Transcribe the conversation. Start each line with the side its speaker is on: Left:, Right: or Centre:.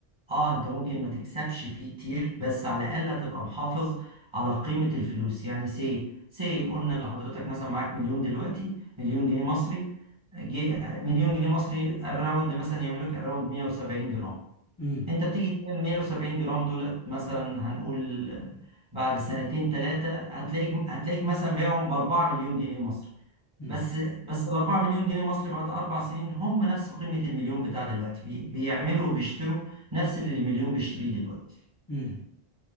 Right: اه انت ممكن ما تكسبش فيه كتير بس على الاقل هتبقى محافظ على قيمة الفلوس يعني سي سي قلنا لحضرتك مثلا معاك مليون دلوقتي مليون جنيه مصري جي مليون جنيه مصري الراوند مثلا يعمل لك الراوند 170 جرام
Left: امم
Right: انت بتيجي تعمل 170 جرام دولت مثلا هنقول بعد سنتين ثلاثة هتلاقيك هتلاقيك مثلا بايعهم ب 4 مليون جنيه مصري
Left: امم
Right: بس بس ال 4 مليون جنيه مصري بعد اربع سنين هم نفس قيمة المليون بتاع دلوقتي بي- بيعملوا وبيشتروا نفس اللي المليون بيشتريه دلوقتي
Left: امم